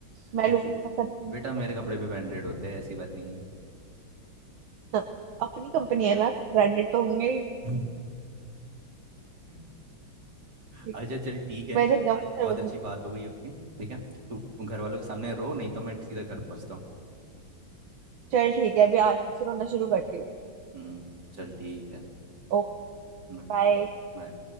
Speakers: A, on the right; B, on the right.
A: मैं
B: अ,
A: लूंगी
B: ठीक
A: बहुत सारे
B: बेटा मेरे कपड़े भी ब्रांडेड होते हैं ऐसी बात नहीं
A: हाँ, अपनी कंपनी है ना ब्रांडेड तो होंगे
B: है <laughs>
A: ही।
B: अच्छा चल ठीक है
A: मैं इधर जाऊंगी
B: बहुत
A: सरोजनी
B: अच्छी बात हो गई अपनी ठीक है तू घर वालों के सामने रो नहीं तो मैं सीधा घर पहुंचता हूँ
A: चल ठीक है अभी आज से रोना शुरू करती हूँ
B: हम्म चल ठीक है
A: ओके
B: बाय
A: बाय
B: बाय